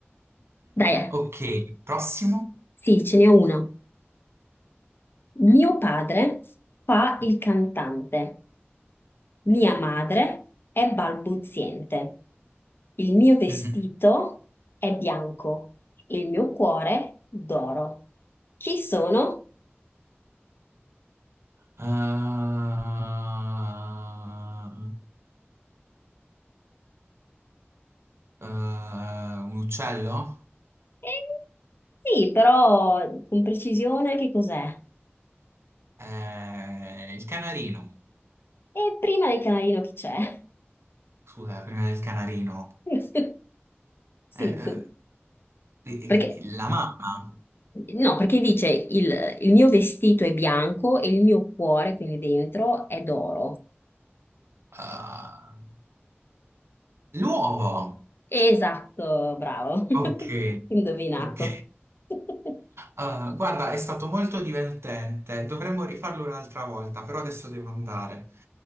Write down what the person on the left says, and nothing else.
Dai,
sì, ce n'è una. Mio padre fa il cantante. Mia madre è balbuziente. Il mio vestito
è bianco e il mio cuore d'oro. Chi sono?
Eh, sì, però con precisione che cos'è?
E prima del canarino chi c'è?
<laughs> Sì,
tu-
perché
no, perché dice il, il mio vestito è bianco e il mio cuore, quindi dentro, è d'oro.
Esatto, bravo.
<laughs> Indovinato.
<laughs>